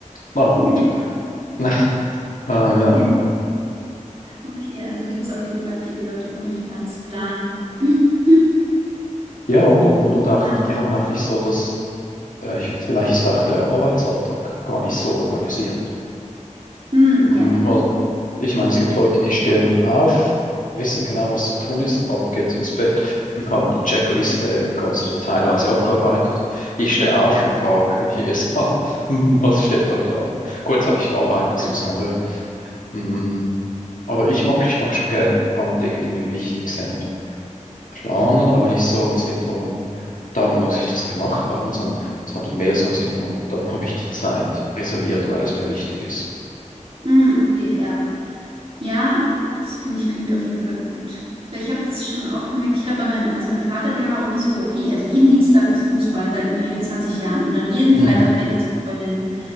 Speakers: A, on the left; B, on the right.
A: Na gut.
B: <laughs>
A: <laughs> Na, Äh, ja.
B: Genau. Okay, also gibt es auf jeden Fall viele Leute ohne Finanzplan. <clears throat>
A: Ja, und, und auch
B: Ah,
A: nicht, die haben auch nicht so dass äh, ich- vielleicht ist auch der Arbeitsalltag gar nicht so organisiert.
B: mm,
A: Mm,
B: ja.
A: Also Ich meine, es gibt Leute, die stehen auf, wissen genau, was zu tun ist. Am Abend gehen sie ins Bett <laughs> und haben die Checkliste ganz oder teilweise abgearbeitet. Ich stehe auf und frage mich erstmal, <laughs> was steht heute an? Kurz habe ich Arbeit,
B: ja.
A: das ist was anderes. Mm, Aber ich mag, ich mag schon gern vor allem Dinge, die mir wichtig sind, planen, aber nicht so im Sinn von, dann muss ich das gemacht haben, sondern, sondern mehr so im Sinn von, dann habe ich die Zeit reserviert, weil es mir wichtig ist.
B: Mm, okay, ja. Ja, das finde ich klingt auf jeden Fall gut. Weil ich habe es schon auch gemerkt, ich glaube, mein, also mein Vater, der war auch immer so, okay, also jeden Dienstag ist Fußball seit ungefähr 20 Jahren und dann jeden Freitag
A: Mm,
B: fährt er zu Freundinnen.